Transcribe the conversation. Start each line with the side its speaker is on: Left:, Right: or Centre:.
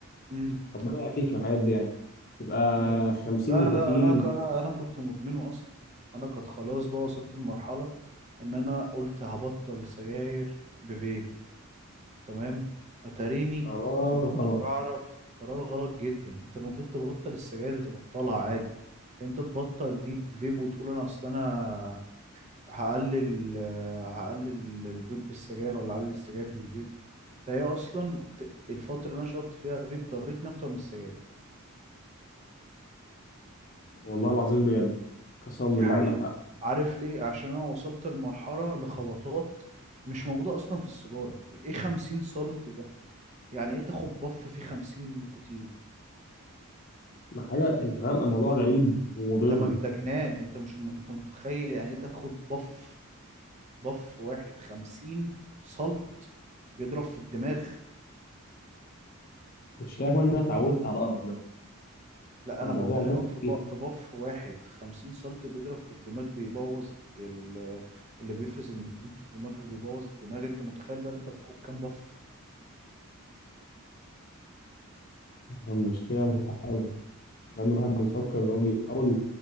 Right: امم
Left: ربنا يعافيك من الحاجات دي يعني تبقى
Right: ايوه
Left: 50
Right: لا
Left: نيكوتين
Right: لا انا كان انا انا كنت مدمنه اصلا انا كنت خلاص بقى وصلت لمرحله ان انا قلت هبطل سجاير بفيب تمام اتاريني
Left: قرار
Right: ما كنتش
Left: غلط
Right: اعرف قرار غلط جدا انت المفروض تبطل السجاير تبطلها عادي كان انت تبطل دي بفيب وتقول انا اصل انا هقلل آه، هقلل الفيب بالسجاير ولا هقلل السجاير بالفيب ده هي اصلا ت- الفتره اللي انا شربت فيها فيب ضرتني اكتر من السجاير
Left: والله العظيم بجد قسما
Right: دي
Left: بالله
Right: حقيقة
Left: عندك حق
Right: عارف ليه؟ عشان أنا وصلت لمرحلة لخبطات مش موجودة أصلا في السيجارة إيه 50 سولت ده؟ يعني إيه تاخد بف فيه 50 نيكوتين؟
Left: ما حاجة انت فاهم الموضوع غريب ومضر
Right: ده مج- ده جنان أنت مش أنت متخيل يعني إيه تاخد بف بف واحد 50 سولت بيضرب في الدماغ
Left: مش كده كمان إن انا اتعودت على القرف ده
Right: لا
Left: فالموضوع
Right: أنا بكلمك في ب-
Left: مؤذي
Right: في بف واحد 50 سولت بيضرب في الدماغ بيبوظ ال- اللي بيفرز النيكوتين في الدماغ وبيبوظ الدماغ أنت متخيل بقى أنت بتاخد كام بف؟
Left: المشكلة أنا بحاول فاهم الواحد بيفكر إن هو بيحاول